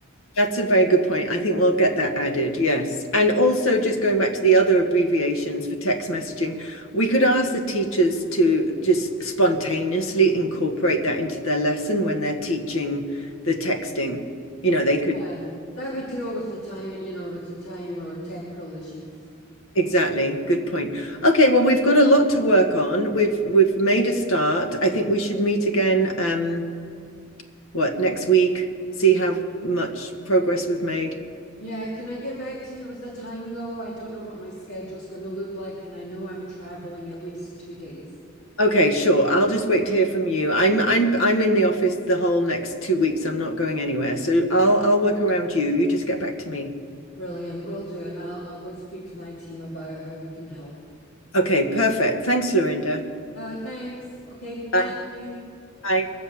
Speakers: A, on the left; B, on the left.
A: That's a very good point. I think we'll get that added, yes. And also, just going back to the other abbreviations for text messaging, we could ask the teachers to just spontaneously incorporate that into their lesson when they're teaching the texting. You know, they could
B: Yeah. That would deal with the time, you know, with the time or temporal issues.
A: exactly. Good point. Okay, well, we've got a lot to work on. We've we've made a start. I think we should meet again, um, what, next week, see how much progress we've made.
B: Yeah, can I get back to you with a time though? I don't know what my schedule's going to look like, and I know I'm traveling at least two days.
A: Okay, sure. I'll just wait to hear from you. I'm I'm I'm in the office the whole next two weeks. I'm not going anywhere. So I'll I'll work around you. You just get back to me.
B: Brilliant, will do, and I'll I'll go speak to my team about how we can help.
A: Okay, perfect. Thanks, Lorinda.
B: Uh, thanks. Okay, bye,
A: Bye.
B: Jane.
A: Bye.